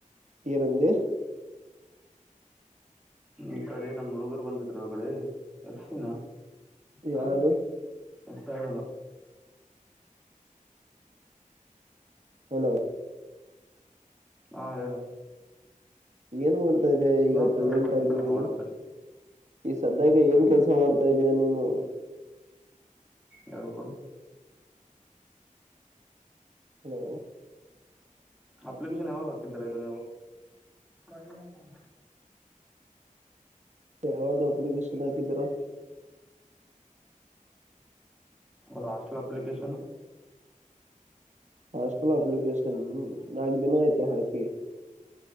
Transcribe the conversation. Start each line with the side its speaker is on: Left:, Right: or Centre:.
Right: ಇರಂದ
Centre: ಈ ಕಡೆ ನಮ್ಮ್ ಹುಡುಗರು ಬಂದಿದ್ರು ಒಗಡೆ ಎಸಿನ ಹ
Right: ಯಾರು
Centre: ಎಸಿ ಅಲ್ಲ
Right: ಹಲೋ
Centre: ಹಾ ಹೇಳು
Right: ಏನ್ ಮಾಡ್ತಾ ಇದೆ ಈಗ
Centre: ನೋಡಮ್
Right: ಪ್ರೆಸೆಂಟ್
Centre: ತೋರಿಸ್ಕೊಡ್ತೀನಿ
Right: ಆಗಿ
Centre: ತಗೋ
Right: ನೀನು
Centre: ನೋಡೋಣ ಸರಿ
Right: ಈ ಸದ್ಯಾಗ
Centre: ಹ್ಮ್
Right: ಏನ್ ಕೆಲ್ಸ ಮಾಡ್ತಾ ಇದಯ ನೀನು
Centre: ಯಳ್ ಕೊಡು
Right: ಹಲೋ
Centre: ಅಪ್ಲಿಕೇಶನ್ ಯಾವಾಗ ಹಾಕ್ತಿದಿದ್ದಾರೆ ಇದ ಹ
Right: ಯಾವದು ಅಳ ಸನಗಿದ್ದರ
Centre: ಒೌದ ಹಾಸ್ಟಲ್ ಅಪ್ಲಿಕೇಶನ್
Right: ಹ ಅಪ್ಲಿಕೇಶನ್್ಮ ನಾ ದಿನ ಆಯ್ತು ಹಾಕಿ